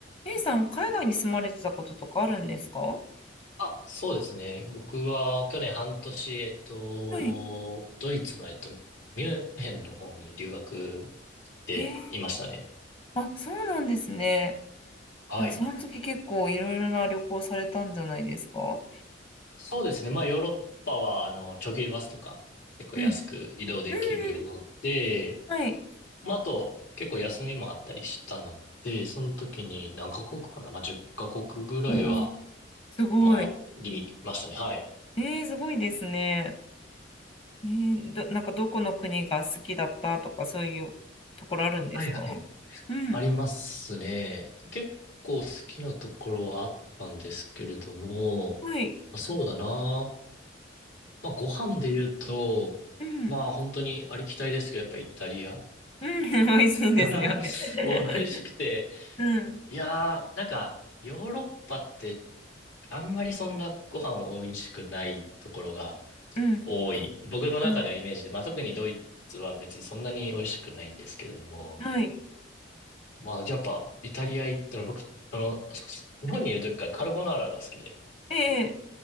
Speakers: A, on the left; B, on the left.
A: A さん、海外に住まれてたこととかあるんですか
B: あ、そうですね。僕は去年半年、えっと、
A: はい。
B: ドイツの、えっと、ミュンヘンの方に留学でいましたね。
A: へえ、あ、そうなんですね。
B: はい。
A: じゃあ、その時結構いろいろな旅行されたんじゃないですか
B: そうですね。まあ、ヨーロッパは、あの、長距離バスとか、結構安く移動できるので、
A: うん。うんうん。はい。
B: まあ、あと、結構休みもあったりしたので、その時に何カ国かなまあ、10カ国ぐらいは
A: おーすごい。
B: 回りましたね。はい。
A: えー、すごいですね。えー、ど、なんかどこの国が好きだったとか、そういうところあるんですか
B: あーはいはい。
A: うん。
B: ありますね。結構好きなところはあったんですけれども、ま
A: はい。
B: あそうだな。まあ、ご飯で言うと、
A: うん。
B: まあ本当にありきたりですけど、やっぱイタリア
A: うん。<laughs> 美味しいんですよね。
B: <laughs>
A: <laughs>
B: 美味しくて。
A: うん。
B: いやー、なんか、ヨーロッパってあんまりそんなご飯美味しくないところが
A: うん。
B: 多い。僕の中ではイメージで、
A: うん。
B: まあ特にドイツは別にそんなに美味しくないんですけれども。
A: はい。
B: まあ、やっぱ、イタリア行ったら僕、あの、そ日本にいる時からカルボナーラが好きで、
A: ええ、